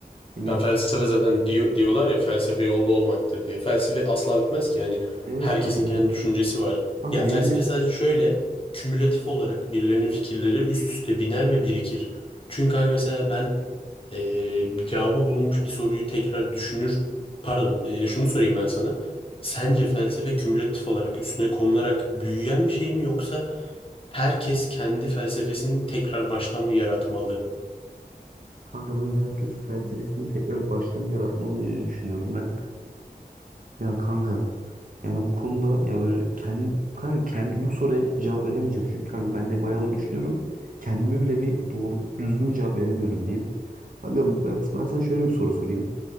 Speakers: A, on the right; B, on the left.
A: Yani
B: Ben felsefe zaten diyor, diyorlar ya felsefe yolda olmaktır diye. Felsefe asla bitmez ki. Yani
A: evet
B: herkesin
A: kanka.
B: kendi düşüncesi var.
A: Kanka
B: Ya felsefe
A: benim de
B: sadece şöyle kümülatif olarak birilerinin fikirleri üst üste biner ve birikir. Çünkü hani mesela ben eee cevabı bulunmuş bir soruyu tekrar düşünür. Pardon, eee, şunu sorayım ben sana. Sence felsefe kümülatif olarak üstüne konularak büyüyen bir şey mi yoksa herkes kendi felsefesini tekrar baştan mı yaratmalı?
A: kanka bence herkes felsefesini tekrar baştan yaratmalı diye düşünüyorum ben. Ya kanka yani bu konuda ya böyle kendi kanka kendi bu soruya cevap veremeyeceğim. Çünkü kanka ben de bayağı da düşünüyorum. Kendime bile bir doğru düzgün bir cevap veremiyorum diyeyim. Kanka bak ben sana şöyle bir soru sorayım.